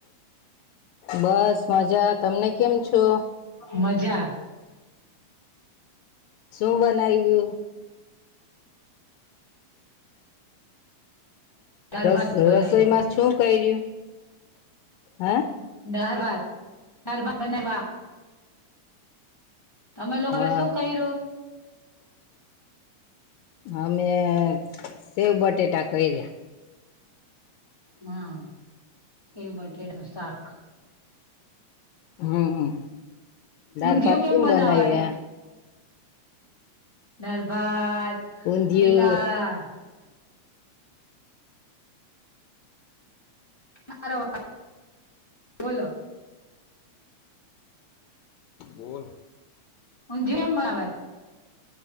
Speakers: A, on the left; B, on the left.
A: બસ મજા તમને કેમ છો.
B: મજા.
A: શું બનાવ્યું.
B: દાળ
A: રસ
B: ભાત બનાવ્યા
A: રસોઈમાં છું કર્યું હ.
B: ડર વાત હર બનાવા. તમે લોકો
A: હા
B: હવે શું કર્યું.
A: અમે સેવ બટેટા કર્યા.
B: હા એવું બટેડ નું સાક.
A: હમ હ દાર
B: ઊંધિયું
A: ભત
B: કેમ
A: કમ
B: બનાવાય
A: બનેવેએ.
B: ડરભત
A: ઊંધિયું
B: પેલા. મારો બોલો.
A: બોલ.
B: હુંજ એમ બ આવે.